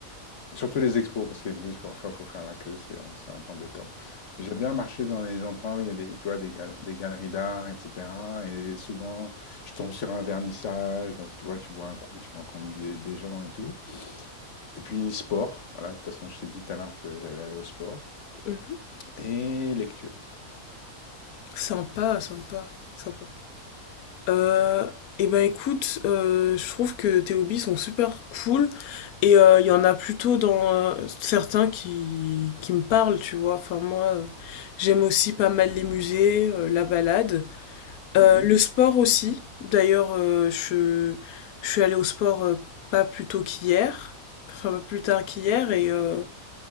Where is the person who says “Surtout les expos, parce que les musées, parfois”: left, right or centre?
Left